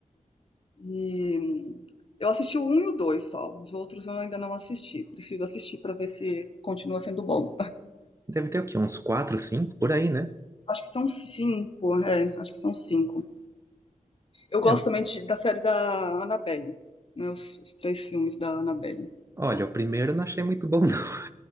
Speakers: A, on the left; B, on the right.
A: E hum, eu assisti o 1 e o 2 só, os outros eu ainda não assisti. Preciso assistir para ver se continua sendo bom.
B: Deve ter o quê? Uns quatro, cinco, por aí, né?
A: Acho que são cinco, é, acho que são cinco. Eu gosto
B: É, o-
A: também de- da série da Annabelle, né, os, os três filmes da Annabelle.
B: olha, o primeiro eu não achei muito bom, não.